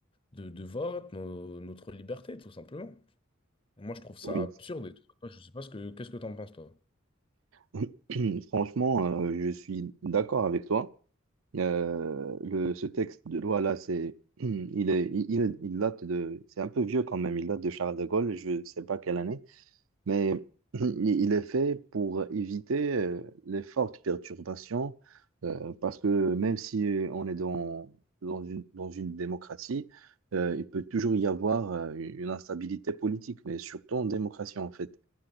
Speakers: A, on the left (about 25°); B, on the right (about 80°).
A: de, de vote, nos- notre liberté, tout simplement. Moi, je trouve ça
B: Oui.
A: absurde. et tout. Toi, je sais pas ce que, qu'est-ce que t'en penses, toi?
B: <clears throat> Franchement, euh, je suis d'accord avec toi. Euh, le, ce texte de loi là, c'est, <clears throat> il est, il, il il date de, c'est un peu vieux quand même. Il date de Charles de Gaulle. Je sais pas quelle année. Mais <clears throat> il il est fait pour éviter euh, les fortes perturbations, euh, parce que même si euh, on est dans, dans une, dans une démocratie, euh, il peut toujours y avoir euh, une instabilité politique, mais surtout en démocratie en fait.